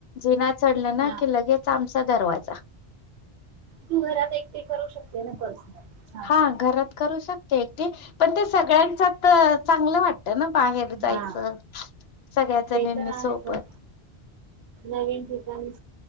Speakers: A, on the left (about 70°); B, on the right (about 85°).
A: जिना चढलं
B: हा
A: ना की लगेच आमचा दरवाजा
B: तू घरात एकट करू शकते ना पर्सनल छान
A: हा घरात करू शकते एकट पण ते सगळ्यांच्या चांगलं वाटतं. ना बाहेर जायचं,
B: हा
A: सगळ्या जणींनी
B: ते तर आहे
A: सोबत
B: पण नवीन ठिकाणी,